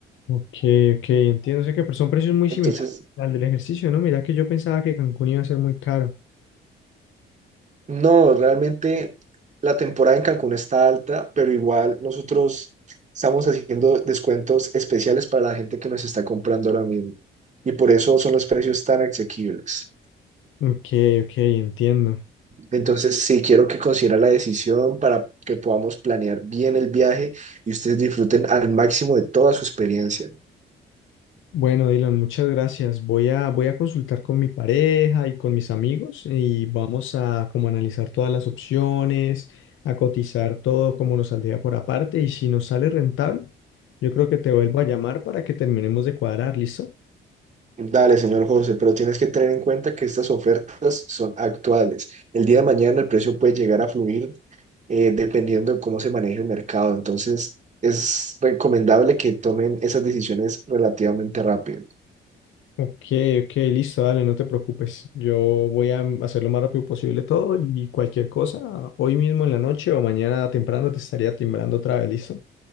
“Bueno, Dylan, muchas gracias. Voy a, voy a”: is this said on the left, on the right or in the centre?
Left